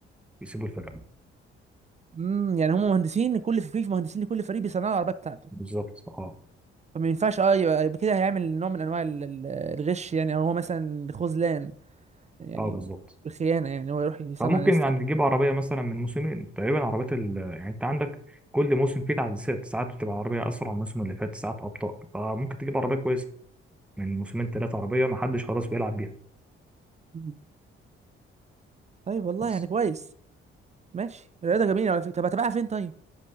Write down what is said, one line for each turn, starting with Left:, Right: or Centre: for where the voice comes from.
Centre: يسيبوا الفرقه
Right: امم يعني هم مهندسين كل فريق مهندسين لكل فريق بيصنعوا العربيه بتاعته
Centre: بالظبط اه
Right: فما ينفعش اه يبقى يبقى كده هيعمل نوع من انواع ال- ال- الغش يعني او هو مثلا خذلان يعني
Centre: اه بالظبط
Right: الخيانه يعني هو يروح يصنع
Centre: فممكن
Right: لناس تانية
Centre: يعني تجيب
Right: كده.
Centre: عربيه مثلا من موسمين تقريبا عربيه ال... يعني انت عندك كل موسم فيه تعديلات ساعات بتبقى عربيه اسرع من الموسم اللي فات ساعات ابطا فممكن تجيب عربيه كويسه من موسمين ثلاثه عربيه ما حدش خلاص بيلعب بيها
Right: مم. طيب والله
Centre: بس
Right: يعني كويس ماشي الرياضه جميله على فكره طب هتبقى فين طيب